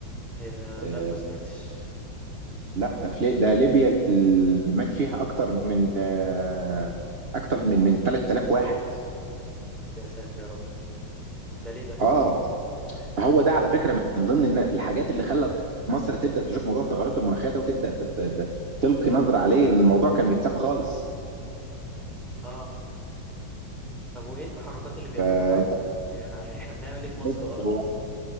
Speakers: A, in the centre; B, on the right.
A: إيه لا
B: آه
A: ما سمعتش
B: لا في لي- ده ليبيا اللي مات فيها اكتر من آه اكتر من من 3000 واحد
A: يا ساتر يا رب طب ده ليه ده
B: اه هو ده على فكره من ضمن الن- الحاجات اللي خلت مصر تبدا تشوف موضوع التغيرات المناخيه ده وتبدا ت- ت- ت- تلقي نظره عليه الموضوع كان متساب خالص
A: اه طب وايه التحركات اللي بيعملوها
B: فانت
A: او يعني احنا بنعمل ايه في مصر
B: بص
A: غلط
B: هو
A: مثلا